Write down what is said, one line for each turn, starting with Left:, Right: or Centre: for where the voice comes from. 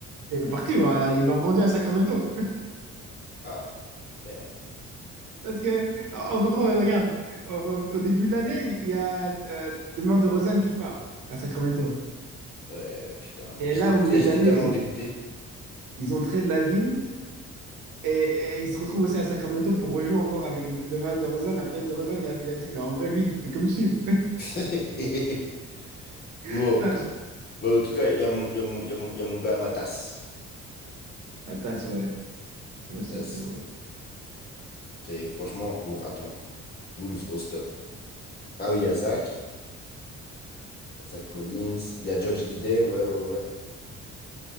Right: C'est parti, voilà. Ils l'ont vendu à Sacramento.
Left: Ah, merde.
Right: Parce que, en gros, euh, regarde, au, au début de l'année, il y a euh, Demar DeRozan qui part à Sacramento.
Left: Ouais, putain.
Right: Et
Left: J'étais
Right: là, au
Left: tu
Right: milieu
Left: sais, j'étais
Right: de l'année,
Left: tellement
Right: ils
Left: dégoûté.
Right: ont, ils ont trade Lavine et, et ils se retrouvent aussi à Sacramento pour rejouer encore avec De- Demar DeRozan. Après, DeRozan, il a, il a dit, mais en vrai, lui, il fait comme suivre.
Left: <laughs>
Right: <laughs>
Left: Bon,
Right: Frère, je-
Left: Bon, en tout cas, il y a mon, il y a mon, il y a mon, il y a mon gars Matas.
Right: ma tasse, ouais. Ouais,
Left: Matas,
Right: ça peut- ouais.
Left: c'est franchement, bon, attends, Bulls roster. Ah oui, il y a Zach, Zach Collins, il y a Josh Giddey, ouais, ouais, ouais.